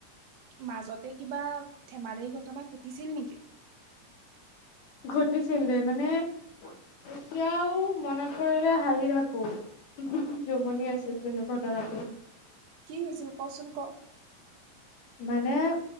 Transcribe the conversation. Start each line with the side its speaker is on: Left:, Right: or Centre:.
Right: মাজতে কিবা ধেমালিৰ ঘটনা ঘটিছিল নেকি
Left: ঘটিছিল দে মানে এতিয়াও মনত পৰিলে হাঁহি থাকো জমনি আছিল কিন্তু ঘটনাটো
Right: কি হৈছিল কচোন ক
Left: মানে